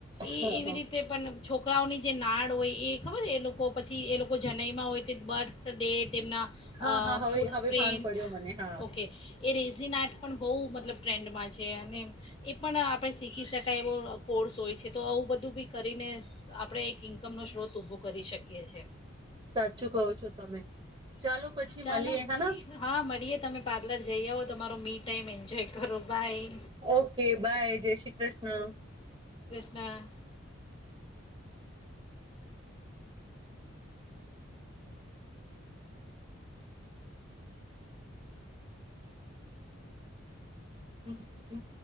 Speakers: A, on the right (about 25°); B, on the left (about 25°).
A: હા
B: એ એવી રીતે પણ છોકરાઓની જે નાળ હોય એ ખબર એ લોકો પછી એ લોકો જનઈમાં હોય તે બર્થ ડે તેમના
A: હા હા હા હવે
B: ફૂટ
A: હવે
B: પ્ર્રિન્ટ
A: ભાન પડ્યો મને હા
B: ઓકે એ રઝનાટ બહુ મતલબ ટ્રેન્ડમાં છે અને એ પણ આપણે શીખી શકાય એવો કોર્સ હોય છે તો આવું બધું બી કરીને આપણે એક ઇન્કમનો સ્ત્રોત ઊભો કરી શકીએ છ છે.
A: સાચું કહો છો તમે ચાલો પછી
B: ચાલો
A: મળીએ હેના.
B: હા મળીએ તમે પાર્લર જઈ આવો તમારો મીટ ટાઈમ એન્જોય કરો. બાય
A: ઓકે બાય જય શ્રી કૃષ્ણ.
B: ના.
A: હમ.